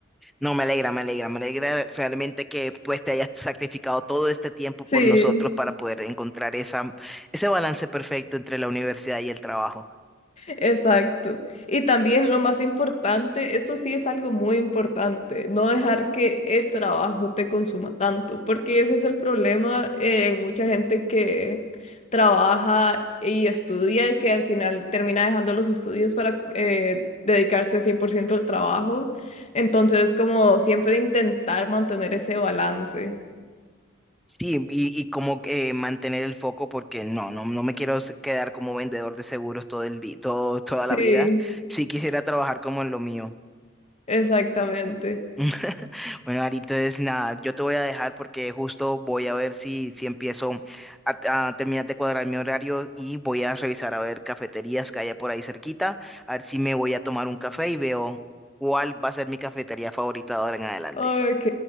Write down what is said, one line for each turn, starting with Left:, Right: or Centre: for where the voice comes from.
Centre: No, me alegra, me alegra, me alegra realmente que pues te hayas sacrificado todo este tiempo
Left: Sí,
Centre: por nosotros para poder encontrar esa, ese balance perfecto entre la universidad y el trabajo.
Left: exacto. Y también lo más importante, esto sí es algo muy importante, no dejar que el trabajo te consuma tanto, porque ese es el problema en mucha gente que trabaja y estudia y que al final termina dejando los estudios para eh, dedicarse 100% al trabajo. Entonces, como siempre intentar mantener ese balance.
Centre: Sí, y, y como eh, mantener el foco porque no, no, no me quiero s- quedar como vendedor de seguros todo el día, todo, toda la
Left: Sí,
Centre: vida. Sí quisiera trabajar como en lo mío.
Left: exactamente.
Centre: <laughs> Bueno, Ari, entonces nada, yo te voy a dejar porque justo voy a ver si, si empiezo a, a terminar de cuadrar mi horario y voy a revisar a ver cafeterías que haya por ahí cerquita, a ver si me voy a tomar un café y veo cuál va a ser mi cafetería favorita de ahora en adelante.
Left: Ok,